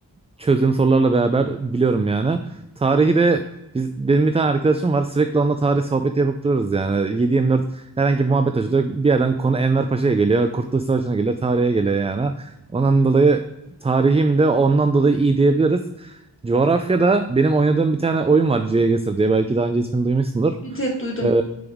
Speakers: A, on the right; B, on the left.
A: çözdüğüm sorularla beraber biliyorum yani. Tarihi de biz, benim bir tane arkadaşım var sürekli onunla tarih sohbeti yapıp duruyoruz yani. 7 dört herhangi bir muhabbet açılıyor. Bir yerden konu Enver Paşa'ya geliyor. Kurtuluş Savaşı'na geliyor. Tarihe geliyor yani. Ondan dolayı tarihim de ondan dolayı iyi diyebiliriz. Coğrafyada benim oynadığım bir tane oyun var GeoGuessr diye. Belki daha önce ismini duymuşsundur.
B: Evet, evet duydum.
A: Ee,